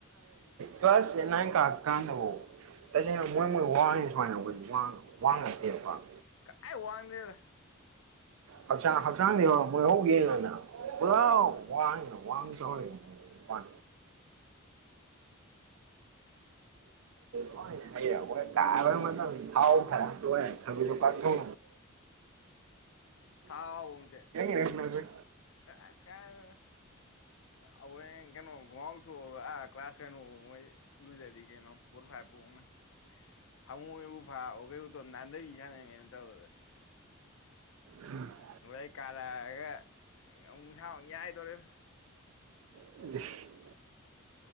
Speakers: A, on the right; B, on the left.
A: ꯀ꯭ꯂ꯭ꯂꯁ ꯀꯥ ꯀꯥꯟꯅꯕ ꯇꯁꯦꯡꯅ ꯃꯣꯏ ꯃꯣꯏ ꯋꯥꯡꯉ ꯁꯨꯃꯥꯏꯅ ꯑꯩꯈꯣꯏ ꯋꯥꯉꯠꯇꯦꯕꯀꯣ
B: ꯀꯥꯏ ꯋꯥꯡꯗꯦꯗ
A: ꯍꯛꯆꯥꯡ ꯍꯛꯆꯥꯡꯅꯤ ꯃꯣꯏ ꯍꯧ ꯌꯦꯉꯣꯅꯦ ꯄꯨꯔꯥ ꯋꯥꯅ ꯋꯥꯡꯊ ꯀ ꯋꯥ ꯣꯏ ꯇꯔ ꯃ ꯊꯥꯎ ꯈꯔ ꯊꯔ ꯀꯥꯊꯧ
B: ꯊꯥꯎ ꯍꯟꯗ
A: ꯏꯔꯪ ꯂꯪꯉꯣꯏ
B: ꯑꯁ ꯀꯥꯏ ꯑ ꯀꯩꯅꯣ ꯎꯁ ꯥ ꯀ꯭ꯂꯥꯁ ꯀꯩꯅꯣ ꯐꯥꯎ ꯃꯩ ꯂꯨꯖꯔꯤ ꯀꯩꯅꯣ ꯐꯣꯔ ꯐꯥꯏꯚ ꯐꯥꯎꯉꯩ ꯍꯥꯎ ꯍꯨ ꯏ ꯐꯥꯎ ꯀ ꯅꯅꯥꯗꯕꯤ ꯌꯥ ꯃ ꯇꯧ
A: ꯎꯝ
B: ꯅꯣꯔꯣꯏ ꯀꯥꯂꯛꯑꯒꯛ ꯅꯨꯡꯁꯥꯐꯨ ꯌꯥꯏꯗꯧꯣꯔꯦ
A: ꯁ